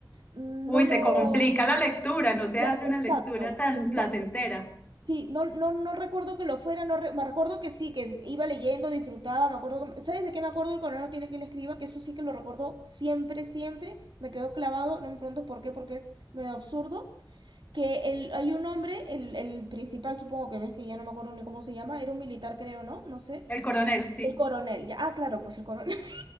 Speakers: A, on the right; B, on the left.
A: no
B: Uy,
A: lo...
B: se complica la lectura, no se
A: ya,
B: hace una
A: Exacto,
B: lectura tan
A: exacto.
B: placentera.
A: Sí, no, no, no recuerdo que lo fuera, no re- me recuerdo que sí, que iba leyendo, disfrutaba, me acuerdo, que- ¿sabes de qué me acuerdo? El coronel no tiene quien le escriba, que eso sí que lo recuerdo siempre, siempre, me quedó clavado, no me preguntes por qué, porque es medio absurdo, que el, hay un hombre, el, el principal supongo que ves que ya no me acuerdo ni cómo se llama, era un militar creo, ¿no? No sé,
B: El coronel, sí.
A: el coronel, ya, ah, claro, pues el coronel, <laughs> sí,